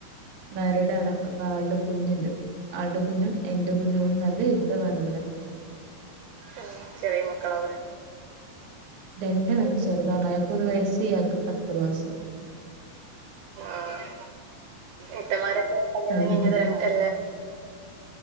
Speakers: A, on the right (about 60°); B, on the right (about 80°).
A: മാരീഡ് ആണ് അപ്പൊ ആളുടെ കുഞ്ഞുണ്ട് ആളുടെ കുഞ്ഞും എന്റെ കുഞ്ഞു കൊണ്ട് നല്ല യുദ്ധണ വിടെ
B: ആഹ് ചെറിയ മക്കളാവും ലെ
A: രണ്ടു പെരും ചെറുതാണ് അയാക്ക് ഒരു വയസ് ഇയാൾക്ക് പത്ത് മാസം
B: ആഹ് ഇത്തമാരൊക്കെ കല്യാണം
A: നല്ല
B: കഴിഞ്ഞത് രണ്ട ല്ലാ